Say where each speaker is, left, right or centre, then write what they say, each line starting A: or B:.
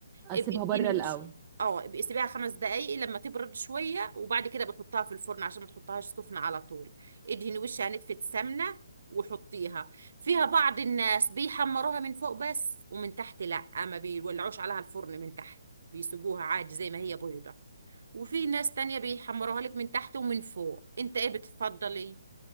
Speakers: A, on the right; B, on the right.
A: اسيبها
B: ابقي ادهني
A: بره
B: وش
A: الاول
B: اه ابقي سيبيها خمس دقايق لما تبرد شويه وبعد كده بتحطها في الفرن عشان ما تحطهاش سخنه على طول ادهني وشها نتفة سمنه وحطيها فيها بعض الناس بيحمروها من فوق بس ومن تحت لا ما بيولعوش عليها الفرن من تحت بيسيبوها عادي زي ما هي بيضة وفي ناس تانية بيحمروها لك من تحت ومن فوق انت ايه بتفضلي